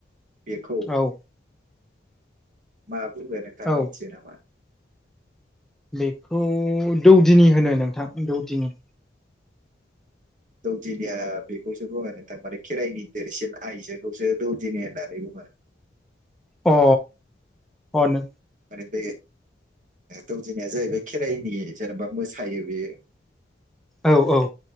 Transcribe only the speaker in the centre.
औ
औ
बेखौ दौदिनि होनो नोंथां दौदिनि
अ अनो
औ औ